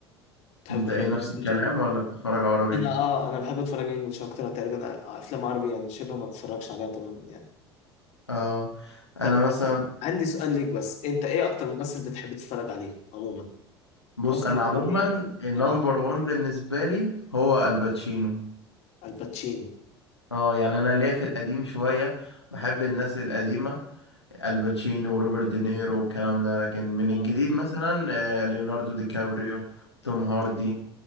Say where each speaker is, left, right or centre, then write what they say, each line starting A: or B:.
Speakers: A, on the left; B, on the left.
A: بتحب
B: انت
A: تتفرج
B: ايه نفس
A: انجلش
B: الكلام
A: اكتر
B: ولا بتتفرج عربي
A: انا اه انا بحب اتفرج انجلش اكتر أنا تقريبا افلام عربي يعني شبه ما بتفرجش عليها تماما يعني
B: اه
A: طب
B: انا مثلا
A: عندي سؤال ليك بس انت ايه اكتر ممثل بتحب تتفرج عليه عموما
B: بص
A: ممثل
B: انا
A: يكون
B: عموما
A: ايه
B: النمبر
A: اه
B: وان بالنسبة لي هو الباتشينو
A: آه، الباتشينو
B: اه يعني انا ليا في القديم شوية بحب الناس القديمة الباتشينو وروبرت دينيرو والكلام ده لكن من
A: اه
B: الجديد مثلا آه، ليوناردو دي كابريو توم هاردي